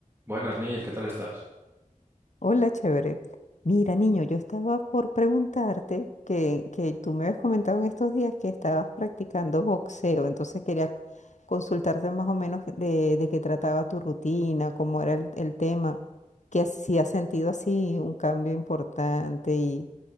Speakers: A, on the right (about 15°); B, on the left (about 60°).
A: Buenas, Neil, ¿qué tal estás?
B: Hola, chévere. Mira, niño, yo estaba por preguntarte que, que tú me habías comentado en estos días que estabas practicando boxeo, entonces quería consultarte más o menos de, de qué trataba tu rutina, cómo era el, el tema, que si has sentido así un cambio importante y,